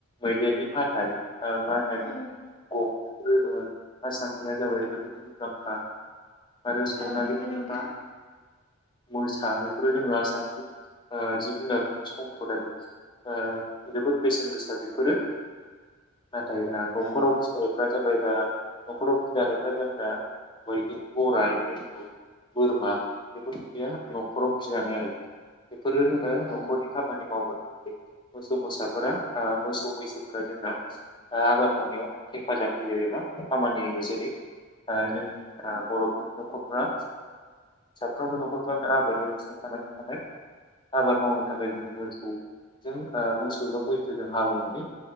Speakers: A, on the left; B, on the left.
A: मैदेरनि हाथाइ। आ गान्दानि
B: औ
A: गं <unintelligible> आसामनिया जाबाय जोबोद मुंदांखा आरो सावनालि
B: औ नंगौ
A: मोख्रा
B: नोंथां
A: मोसा बेफोरो जोङो आसामनि जिब जुनारफोर सम्पद आरो ओ जोबोद बेसेन गोसा बेफोरो नाथाय दा न'खराव
B: ओं
A: फिसिनायफ्रा जाब ओमफ्राय दा न'खराव फिजानायफ्रा जोंना मैदेर गराइ <unintelligible> बोरमा बेखौ या न'खराव फिजानाय आरो फोरो <unintelligible> न'खरनि
B: ओं
A: खामानि मावगोन मोसौ मोसाफोरा मोसौ मैसोफोरा जोंना आबाद मावनायाव हेफाजाब होयो एबा खामानि होयो जेरै जोंनि बर'फोरनि न'खरफोरा साफ्रोमबो न'खर <unintelligible> आबादजों सोनारनानै थानाय आबाद मावनो थाखाय जोङो मोसौजों मोसौ एबा मैसोजों हालेवनानै